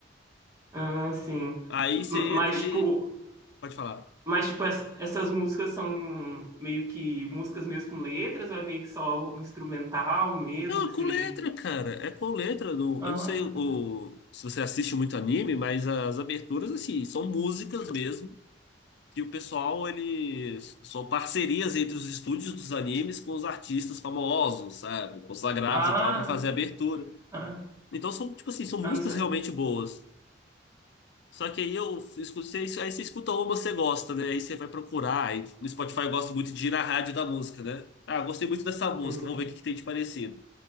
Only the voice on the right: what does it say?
ah, sim.
M-
Mas,
tipo,
Mas, tipo, es- essas músicas são meio que músicas mesmo com letras, ou é meio que só um instrumental mesmo,
que
você.
Ah,
tá.
ah,
ah,
ah,
não sei.
Uhum.